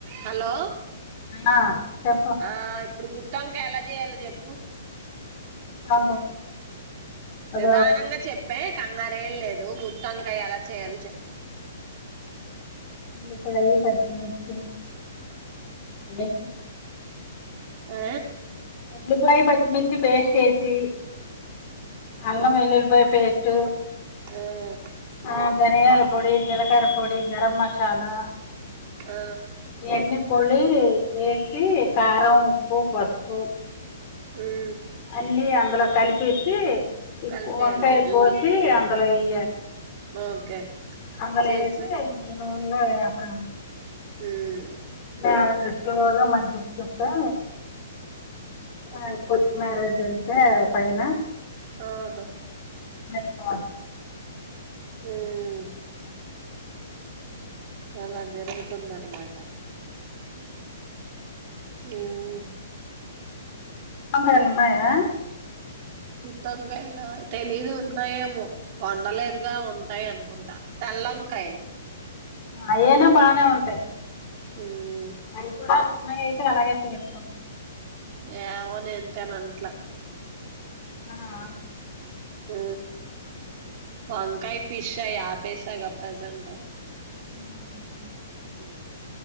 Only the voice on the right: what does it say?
Hello
ఆ ఇప్పుడు గుత్తోంకాయ ఎలా చేయాలో చెప్పు
నిదానంగా చెప్పే కంగారు ఏం లేదు గుత్తోంకాయ ఎలా చేయాలని చెప్పు
ఆ
ఊమ్
ఆ
ఊమ్
కలిపేయాలి
ఉమ్
ఓకే
చేసా
ఉమ్
ఆహా
ఉమ్
అలా జరుగుతుంద అన్నమాట ఊమ్
గుత్తోంకాయ లా తెలిదు ఉన్నాయేమో వండలేదుగా ఉంటాయి అనుకుంట తెల్ల వంకాయలు
ఉమ్
ఏవో నంతేమట్ల
హు వంకాయ ఫిష్ యాపేసగా ప్రజెంట్
హుహు